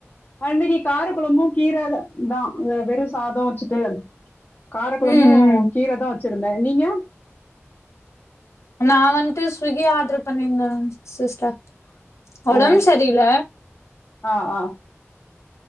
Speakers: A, on the left; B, on the left.
A: ஆ இன்னிக்கு கார கொழம்பூ கீர தா வெறூ சாதோ வச்சுட்டு காரக்கொழம்பூ
B: ம் ம்
A: கீர தா வச் சிருந்தே நீங்க
B: நா வன்ட்டு ஸ்விகி ஆடர் பண்ணிந்தே சிஸ்டர் ஒடம்ப்
A: ஓ
B: சரீல
A: ஆ ஆ